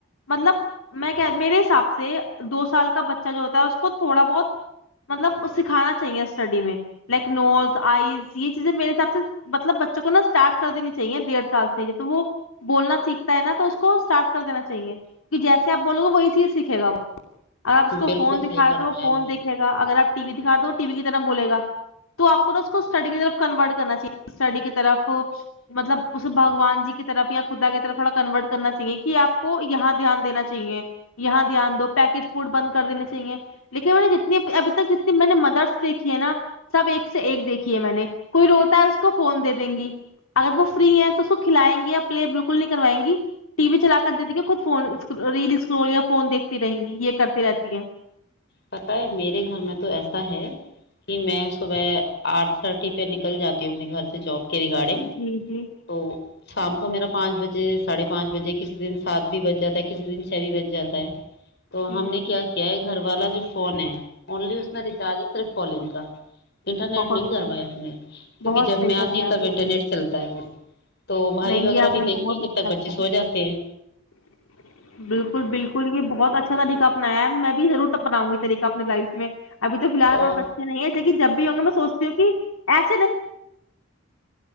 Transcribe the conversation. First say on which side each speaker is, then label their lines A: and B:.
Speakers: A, on the left; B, on the left.
A: مطلب میں میرے حساب سے دو سال کا بچہ جو ہوتا ہے اس کو تھوڑا بہت مطلب سکھانا چاہیے اسٹڈی میں لائک نوٹ آئیز یہ چیزیں میرے حساب سے مطلب بچوں کو نا اسٹارٹ کر دینی چاہیے ڈیڑھ سال سے تو وہ بولنا سھ ہوتا ہے نا تو اس کو اسٹارٹ کر دینا چاہیے کہ جیس آپ بولو گے وہی سیکھے گا وہ آپ اس
B: بالکل
A: کو فون دکھاائے
B: صحیح فرمایا
A: تو وہ فون
B: آپ
A: دیکھے گا اگر آپ ٹی وی دکھا دو ٹی وی کی طرف ب گا تو آپ کو نا اس کوٹی کی طرف کنورٹ کرنا چاہیے اسٹڈی کی طرف مطلب اس بھگوان جی کی طرف یا خدا کی طرف تھوڑا کرنا چاہے کہ آپ کو یہاں دھیان دینا چاہے یہاں دھیان دو پیکج فڈ بند کر دینا چاہیے لیکن میں نے ج ابھی تک جنی میں نے مدرس دیکھی ہے نا سب ایک سے ایک دیکھی ہے میں نے کوئی روتا ہے اس کو فون دے دیں گی اگر وہ فری ہے تو اس کو کھلائیں گے یا پے بالکل کروائیں گی ٹی وی چلا کر دے دیں گے خود ف ریل اسکرول یا فون دیکتی رہیں گی یہ کرتی رہتی ہیں
B: پتا ہے میرے گھر میں تو ایسا کہ میں صبح آٹھ تھرٹی پہ نکل جاتی ہوں اپنے گھر سے جاب کے ریگارڈنگ
A: جی جی
B: تو س شام کو میرا پانچ بجے ساڑھے پانچ بجے کسی دن سات بھی بج جاتا ہے کسی دن چھ بھی بج جاتا ہے تو
A: جی
B: ہم
A: جی
B: نے کیا گھر والا جو فون ہے <unintelligible>
A: بہت صحیح بہت صحیح کرایا آپ
B: <inaudible> <unintelligible> <unintelligible>
A: <unintelligible>
B: تو بھائی وغیرہ بھی دیکھتی ہیں جب تک بچے سو جاتے ہیں
A: <unintelligible> <unintelligible>
B: اور
A: <unintelligible> کو